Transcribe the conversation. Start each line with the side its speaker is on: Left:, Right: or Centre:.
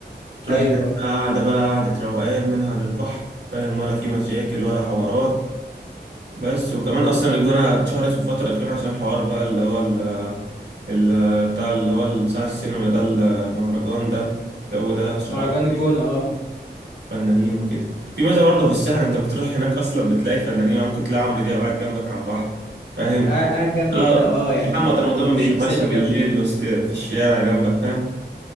Right: تروح
Left: ايوه
Right: هناك بقى
Left: اه
Right: قاعدة بقى قاعدة روقان منها للبحر فاهم ولا في مشاكل ولا حوارات بس وكمان أصلا الجونة اتشهرت في الفترة الأخيرة عشان حوار بقى اللي هو ال ال- بتاع اللي هو بتاع السينما ده المهرجان ده الجو ده شهر
Left: مهرجان الجونة اه
Right: فنانين وكده في ميزه برضه في السهل انت بتروح هناك اصلا بتلاقي فنانين يعني ممكن تلاقي عمرو دياب قاعد جنبك على البحر فاهم
Left: قاعد جنبي
Right: اه
Left: هنا اه يعني
Right: محمد رمضان
Left: في الشمسية
Right: بيتمشى
Left: اللي
Right: بالليل
Left: جنبي
Right: وسط في الشارع جنبك فاهم